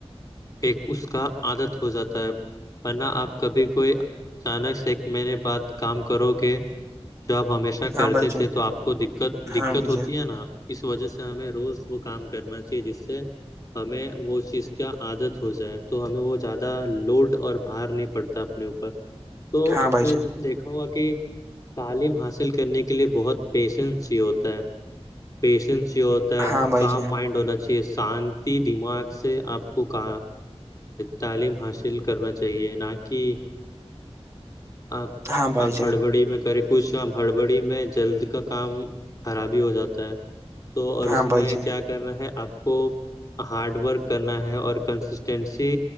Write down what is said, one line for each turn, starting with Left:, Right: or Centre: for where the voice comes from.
Left: ایک اس کا عادت ہو جاتا ہے ن آپ کبھی کوئی اچانک سے میں نے بات کام کرو گ جاب ہمیشہ اچھ کرتے
Right: ہاں بھائی جان
Left: تھے تو آپ کو دقت دقت
Right: ہاں بھائی
Left: ہوتی
Right: جان
Left: ہے نا اس وجہ سے ہمیں روز وہ کام کرنا چاہیے جس سے ہمیں وہ چیز کا عادت ہو جائے تو ہمیں وہ زیادہ لوڈ اور بھار نہیں پڑتا اپنے اوپر
Right: ہاں
Left: تو آپ
Right: بھائی
Left: نے
Right: جان
Left: دیکھا ہوگا کہ تعلیم حاصل کرنے کے لیے بہت پیشنس ہی ہوتا ہے پیشنس ہی ہوتا ہے
Right: ہاں بھائی
Left: کام
Right: جان
Left: مائنڈ ہونا چاہ شانتی دماغ سے آپ کو کہ تعلیم حاصل کرنا چاہیے نہ کہ آپ
Right: ہاں بھائی
Left: آپ
Right: جان
Left: ہڑبڑی میں کرے کچھ کام ہڑبڑی میں جلد کا کام خرابی ہو جاتا ہے تو اور
Right: ہاں
Left: اس
Right: بھائی
Left: میں
Right: جان
Left: کیا کرنا ہے آپ کو ہارڈ ورک کرنا ہے اور کنسسٹینسی